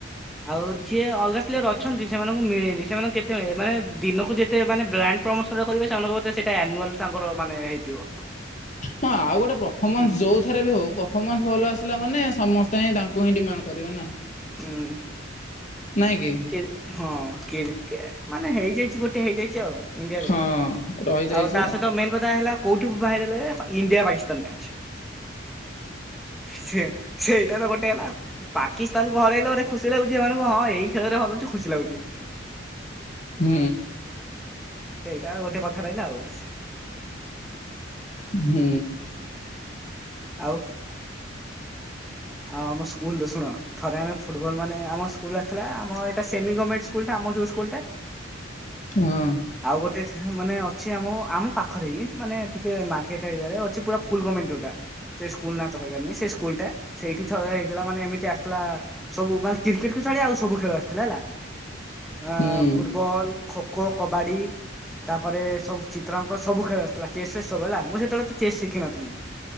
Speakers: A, in the centre; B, on the left.
A: ଆଉ ଯିଏ ଅଲଗା ପ୍ଲେୟର ଅଛନ୍ତି ସେମାନଙ୍କୁ ମିଳେନି ସେମାନଙ୍କୁ କେତେ ମିଳେ ମାନେ ଦିନକୁ ଯେ ତେ ମାନେ ବ୍ରାଣ୍ଡ ପ୍ରମୋସନ କରିବେ ସେମାନଙ୍କୁ ସେଇଟା ଆନୁଆଲ୍ ତାଙ୍କର ମାନେ ହେଇଥିବ।
B: ହଁ ଆଉ ଗୋଟେ ପରଫମାନ୍ସ
A: ହୁଁ
B: ଯୋଉ ଥରେ ବି ହଉ ପରଫମାନ୍ସ ଭଲ ଆସିଲା ମାନେ ସମସ୍ତେ ହିଁ ତା ଙ୍କୁ ହିଁ ଡିମାଣ୍ଡ କରିବେ ନା।
A: ହୁଁ।
B: ନାଇଁ କି
A: କେ ହଁ କ୍ରିକେଟ ମାନେ ହେଇଯାଇଚି ଗୋଟେ ହେଇଯାଇଚି ଆଉ। ଇଣ୍ଡିଆରେ
B: ହଁ ରହିଯାଇଛି
A: ଆଉ ତା ସହିତ ମେନ୍ କଥା ହେଲା କୋଉଠୁ ଭାଇରାଲ ଏ ଇଣ୍ଡିଆ ପାକିସ୍ତାନ ମ୍ୟାଚ ସେ ସେଇଟା ତ ଗୋଟେ ହେଲ ଆଉ। ପାକି ସ୍ଥାନ କୁ ହରେଇଲା ପରେ ଖୁସି ଲାଗୁଚି ଏମାନଙ୍କୁ ହଁ ଏଇ ଖେଳରେ ହରଉଚି ଖୁସି ଲାଗୁଚି।
B: ହୁଁ।
A: ସେଇଟା ଗୋଟେ କଥା ରହିଲା ଆଉ।
B: ହୁଁ।
A: ଆଉ ଆଉ ଆମ ସ୍କୁଲରେ ଶୁଣ। ଥରେ ଆମେ ଫୁଟବଲ ମାନେ ଆମ ସ୍କୁଲ ଆସିଥିଲା ଆମ ଏଇଟା ସେମି ଗମେଣ୍ଟ ସ୍କୁଲଟା ଆମ ଯୋଉ ସ୍କୁଲଟା।
B: ହଁ।
A: ଆଉ ଗୋଟେ ମାନେ ଅଛି ଆମ ଆମ ପାଖରେ ମାନେ ଟିକେ ମାର୍କେଟ୍ ଏରିଆରେ ଅଛି ପୁରା ଫୁଲ୍ ଗମ ଯଉଟା। ସେ ସ୍କୁଲ ନାଁ ତ କହିବାନି ସେ ସ୍କୁଲ ଟା ସେଇଠି ଥରେ ହେଇଥିଲା ମାନେ ଏମିତି ଆସିଥିଲା ସବୁ ମାନେ କ୍ରିକେଟ କୁ ଛାଡି ଆଉ ସବୁ ଖେଳ ଆସିଥିଲା ହେଲା। ଆ
B: ହୁଁ
A: ଫୁଟବଲ, ଖୋ ଖୋ କବାଡି ତାପରେ ସବୁ ଚିତ୍ରାଙ୍କ ସବୁ ଖେଳ ଆସିଥିଲା, ଚେସ ରେ ସବୁ ହେଲା ମୁଁ ସେତେବେଳେ ତ ଚେସ୍ ଶିଖିିନଥିଲି।